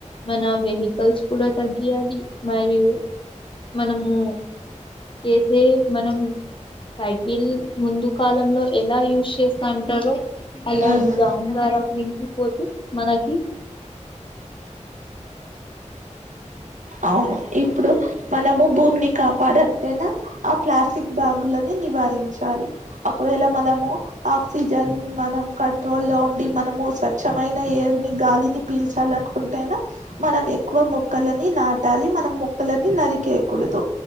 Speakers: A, on the left; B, on the right.
A: మన వెహికల్స్ కూడా తగ్గియాలి మరియు మనము. ఏసే మనం సైకిల్ ముందు కాలంలో ఎలా యూస్. స్తంటారు అలా
B: ఉమ్
A: దా దారా పోచ మనకి.
B: అవును ఇప్పుడు మనము భూమిని కాపాడంటేనా అవును మనము ఇప్పుడు కాపాడాలంటే ఆ ప్లాస్టిక్ బ్యాగులని నివారించాలి ఒకవేళ మనము ఆక్సిజన్ మనం కంట్రోల్ లో ఉండి మనము స్వచ్మైన ఏరుని గాలిని పీల్చాలి అనుకుంటేనా. మనం ఎక్కువ మొక్కలని నా. టాలీ మనం మొక్కలని నరి. కేకూడదు